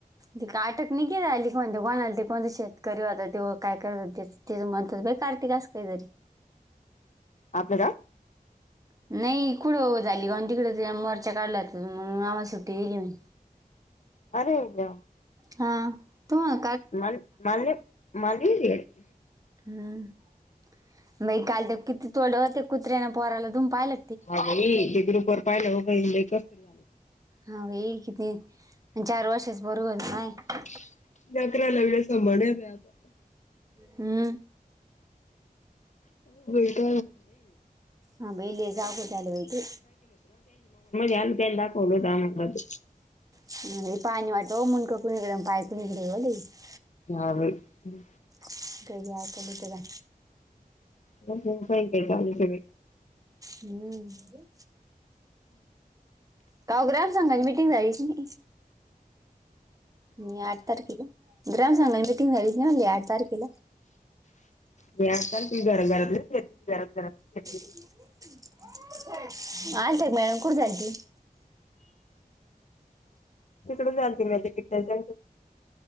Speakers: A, on the right; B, on the left.
A: ते काय अटक नै केलेली आली की, म्हणते कोणा ते पण शेतकरी होता तेव काय करत होतेस. <unintelligible> अस काही तरी
B: आपल गाव?
A: नाही, इकुडं झाली गं, तिकड मोर्चा काढल्यात, म्हणून आम्हा सुट्टी दिली मी.
B: अरे देवा!
A: हा. तुम्हा
B: मलं म्याले माले <unintelligible>
A: हम्म. बाई काल ते किती तोडलं ओ त्या कुत्र्यानं पोराला. तुम्हीन पाहायलं
B: अगं, ये ते ग्रुपवर पाहिलंत हो का? हे लयं करताय.
A: हा, बाई किती चार वर्षांचं पोरग होत, <unintelligible>
B: <unintelligible> आता.
A: <unintelligible>
B: <unintelligible> <unintelligible>
A: हा बाई लय जागो झालं बाई ते
B: आम्हांला ते.
A: <unintelligible>
B: हा बाई हं.
A: <unintelligible> ऐकायला येत काय?
B: त्यांचं काय काय चालूचे बाई.
A: हम्म. काव ग्राम संघाची मिटिंग झालीच नाही. या आठ तारखेला, ग्राम संघाची मिटिंग झालीच नाही म्हणले या आठ तारखेला.
B: मी हाकल, ती करलं. घरातले गरम गरम चटणी.
A: <inaudible> <unintelligible>
B: तिकडें जाल